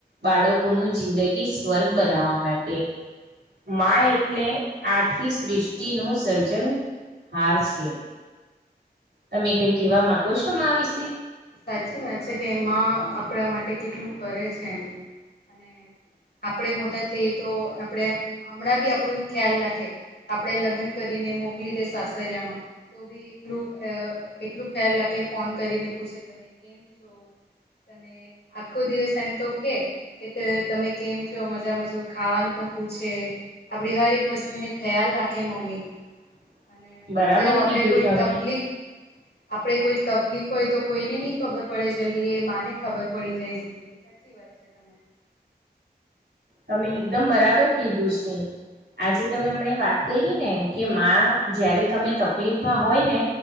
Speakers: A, on the right; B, on the left.
A: બાળકોનું જિંદગી સ્વર્ગ બનાવવા માટે માય એટલે આખી સૃષ્ટિ નું સર્જન હાર છે તમે કઈ કેવા માંગો છો મા વિશે
B: સાચી વાત છે કે મા આપણા માટે કેટલું કરે છે એમ અને આપડે મોટા થઈએ તો આપણે હમણાં બી આપણું ખ્યાલ રાખે, આપડે લગ્ન કરી મોકલી દે સાસરિયામાં તો બી એટલું એટલું ખ્યાલ રાખે ફોન કરીને પૂછે તમે કેમ છો? તમે આખો દિવસ એમ તો કે કે તમે કેમ છો મજા મજો ખાવાનું આપડી હર એક વસ્તુની ખ્યાલ રાખે મમ્મી
A: <inaudible>
B: અને
A: બરાબર
B: જેવ આપડે
A: કીધું
B: કોઈ
A: તમે.
B: તકલીક આપડે કોઈ તકલીફ હોય તો કોઈને નહી ખબર પડે જલ્દી એ માને ખબર પડી જાય જલ્દી સાચી વાત છે તમારી
A: તમે એકદમ બરાબર કીધું છે. આજે તમે હમને વાત કરી ને કે માં જયારે તમે તકલીફમાં હોય ને